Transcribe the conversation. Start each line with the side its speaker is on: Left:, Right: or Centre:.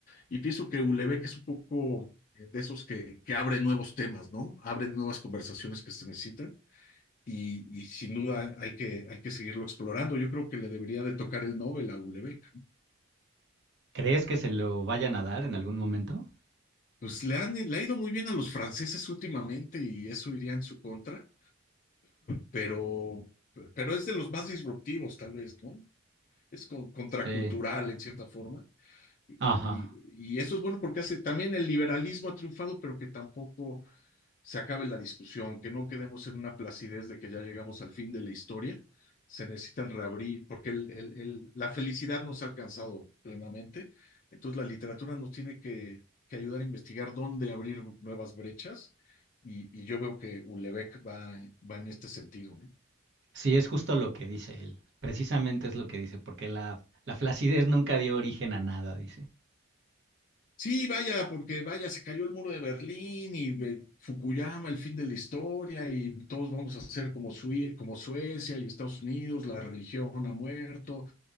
Left: Y pienso que Ulebeck es un poco eh, de esos que, que abre nuevos temas, ¿no? Abre nuevas conversaciones que se necesitan. Y, y sin duda hay que, hay que seguirlo explorando. Yo creo que le debería de tocar el Nobel a Ulebeck.
Right: ¿Crees que se lo vayan a dar en algún momento?
Left: Pues le han, le ha ido muy bien a los franceses últimamente y eso iría en su contra, pero, pero es de los más disruptivos, tal vez, ¿no? Es con- contracultural
Right: Sí.
Left: en cierta forma. Y,
Right: Ajá.
Left: y- y eso es bueno porque hace también el liberalismo ha triunfado, pero que tampoco se acabe la discusión, que no quedemos en una placidez de que ya llegamos al fin de la historia. Se necesitan reabrir, porque el- el- el- la felicidad nos ha alcanzado plenamente. Entonces la literatura nos tiene que, que ayudar a investigar dónde abrir nuevas brechas y, y yo veo que Ulebeck va, va en este sentido, ¿no?
Right: Sí, es justo lo que dice él. Precisamente es lo que dice, porque la, la flacidez nunca dio origen a nada, dice.
Left: Sí, vaya, porque vaya, se cayó el muro de Berlín y eh, Fukuyama, el fin de la historia, y todos vamos a ser como, Sue- como Suecia y Estados Unidos, la religión ha muerto,